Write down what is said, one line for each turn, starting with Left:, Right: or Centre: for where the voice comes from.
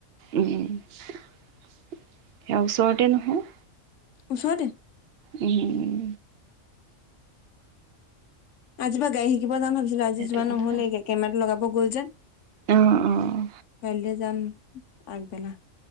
Right: উম সেয়া ওচৰতে নহয়।
Left: ওচৰতে
Right: উওম।
Left: আজিবা গায়ি শিকিব যাম ছিল আজি
Right: সেইটো
Left: যোৱা
Right: কথা।
Left: নহ'লে এ কেমেৰাটো লগাব। গোল্জন
Right: অ', অ',
Left: কাইলৈ যাম। আগবেলা